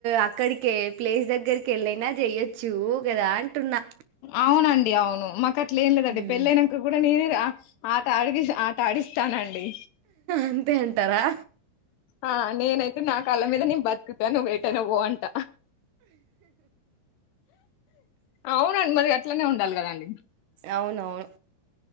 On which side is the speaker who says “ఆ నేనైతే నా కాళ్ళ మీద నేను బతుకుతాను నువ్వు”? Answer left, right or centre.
Left